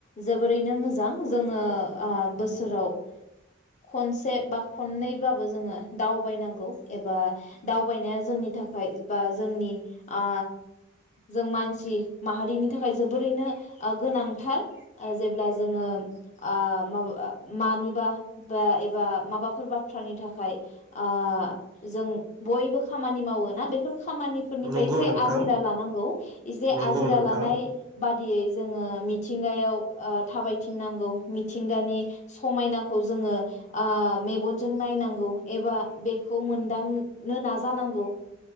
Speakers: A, on the left; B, on the right.
A: जोबोरैनो मोजां जोङो ओ बोसोराव खनसे बा खननैबाबो जोङो दावबायनांगौ एबा दावबायनाया जोंनि थाखाय बा जोंनि ओ जों मानसि माहारिनि थाखाय जोबोरैनो ओ गोनांथार जेब्ला जोङो ओ माब मानिबा बा एबा माबाफोर बाथ्रानि थाखाय ओ जों बयबो खामानि मावोना बेफोर खामानिफोरनिफ्राय
B: नंगौ
A: एसे
B: नोंथां
A: आजिरा लानांगौ एसे
B: नंगौ
A: आजिरा
B: नोंथां
A: लानाय बाददियै जोङो मिथिंगायाव ओ थाबायथिंनांगौ मिथिंगानि समायनाखौ जोङो मेगनजों नायनांगौ एबा बे खौ मोनदांनो नाज जानांगौ।